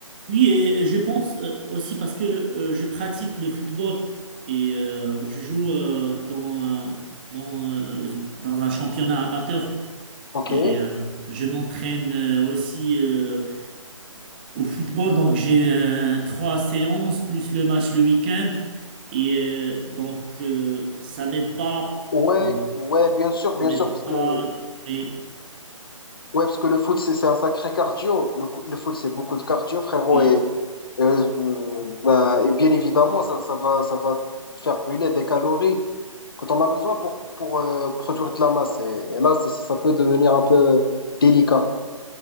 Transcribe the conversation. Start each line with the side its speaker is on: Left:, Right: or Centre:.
Right: Oui, et je pense euh, aussi parce que euh, je pratique le football et euh, je joue euh, dans, un- dans, euh, dans un championnat amateur
Left: Ok.
Right: et euh, je m'entraîne euh, aussi euh, au football. Donc j'ai euh, trois séances plus le match le week-end et euh, donc euh, ça m'aide pas.
Left: Ouais,
Right: Donc
Left: ouais, bien sûr, bien
Right: ça m'aide
Left: sûr, parce que
Right: pas. Et,
Left: ouais, parce que le foot, c'est c'est un sacré cardio. Le, cou- le foot, c'est beaucoup de cardio, frérot,
Right: et-
Left: et Euh, euh, bah, et bien évidemment, ça, ça va, ça va te faire brûler des calories quand on a besoin pour, pour, pour, euh, produire de la masse. Et, et là, ça, ça peut devenir un peu délicat.